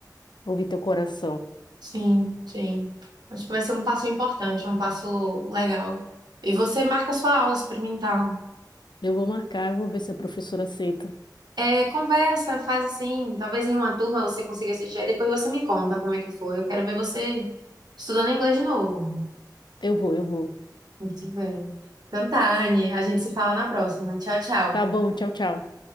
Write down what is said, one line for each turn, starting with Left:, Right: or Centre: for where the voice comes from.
Left: ouvir teu coração.
Right: Sim, sim. Acho que vai ser um passo importante, um passo legal. E você marca sua aula experimental.
Left: Eu vou marcar, eu vou ver se a professora aceita.
Right: É, conversa, faz assim. Talvez em uma turma você consiga assistir, aí depois você me conta como é que foi. Eu quero ver você estudando inglês de novo.
Left: Eu vou, eu vou.
Right: Muito bem. Então tá, Anne. A gente se fala na próxima. Tchau, tchau.
Left: Tá bom, tchau, tchau.